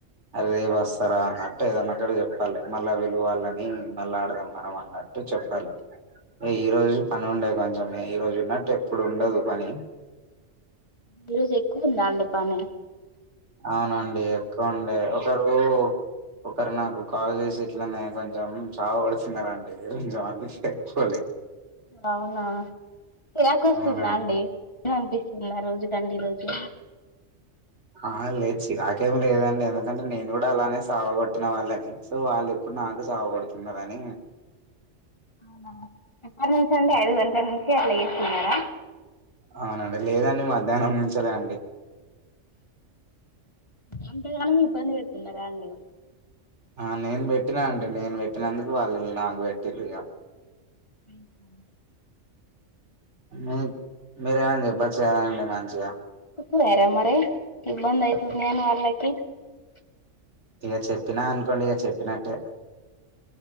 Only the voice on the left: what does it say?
ఈ రోజు ఎక్కువ ఉందా అండి పని
అవునా చిరాకు వస్తుందా
అండి అనిపిస్తుందా రోజు కంటే ఈ రోజు
అవున ఎప్పటి నుంచి అండి ఐదు గంటల నుంచి కే అట్లా చేస్తున్నారా
అంత గానము ఇబ్బంది పెడుతున్నారా అండీ
అ సా
సరే మరి ఉందాం <unintelligible>